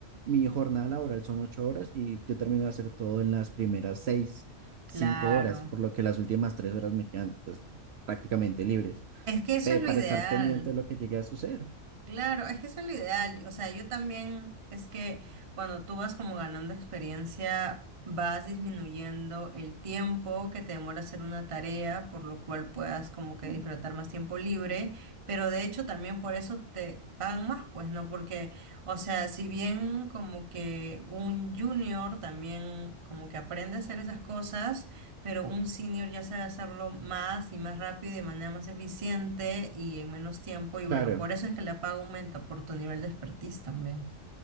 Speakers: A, on the right; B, on the right.
A: mi jornada laboral son ocho horas y yo termino de hacer todo en las primeras seis, cinco
B: Claro.
A: horas, por lo que las últimas tres horas me quedan pues prácticamente libres,
B: Es que eso
A: eh,
B: es lo
A: para
B: ideal.
A: estar pendiente de lo que llegue a suceder.
B: Claro, es que eso es lo ideal. O sea, yo también es que cuando tú vas como ganando experiencia, vas disminuyendo el tiempo que te demora hacer una tarea, por lo cual puedas como que
A: Mm.
B: disfrutar más tiempo libre, pero de hecho también por eso te pagan más, pues, ¿no? Porque, o sea, si bien como que un junior también como que aprende a hacer esas cosas, pero un senior ya sabe hacerlo más y más rápido y de manera más eficiente y en menos tiempo. Y
A: Claro.
B: bueno, por eso es que la paga aumenta por tu nivel de expertise también.